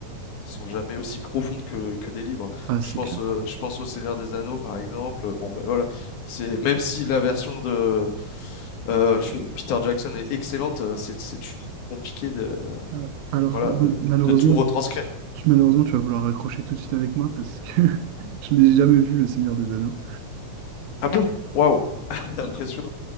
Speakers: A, on the left; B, on the right.
A: sont jamais aussi profondes que, que des livres.
B: Ah, c'est
A: Je pense
B: clair.
A: euh, je pense au Seigneur des Anneaux par exemple. Bon bah voilà, c'est même si la version de euh, je- Peter Jackson est excellente, euh, c'est c'est toujours compliqué de
B: Euh, Alors,
A: Voilà,
B: donc,
A: de,
B: malheureusement,
A: de tout retranscrire.
B: tu, malheureusement, tu vas vouloir raccrocher tout de suite avec moi parce que <laughs> je n'ai jamais vu Le Seigneur des Anneaux.
A: Ah bon? Waouh! <laughs> Impressionnant.